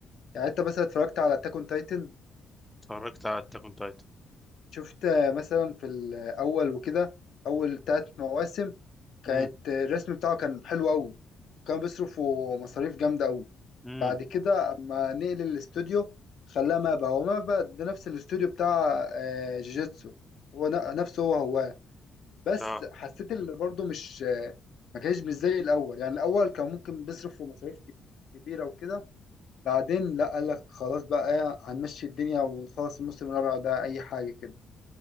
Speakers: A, on the left; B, in the centre.
A: يعني انت مثلا اتفرجت على اتاك اون تايتن
B: اتفرجت على التاكون تايتن
A: شفت آه، مثلا في الاول وكده اول تلات مواسم كانت
B: مم.
A: آه، الرسم بتاعه كان حلو قوي كان بيصرفوا مصاريف جامدة قوي
B: مم.
A: بعد كده اما نقل الاستوديو خلاه مابا هو مابا ده نفس الاستوديو بتاع آه، جوجيتسو هو ن- نفسه هو هو بس
B: اه
A: حسيت اللي برضه مش ما كانش مش زي الاول يعني الاول كان ممكن بيصرف في مصاريف كب- كبيره وكده بعدين لا قال لك خلاص بقى إيه، هنمشي الدنيا ونخلص الموسم الرابع ده اي حاجه كده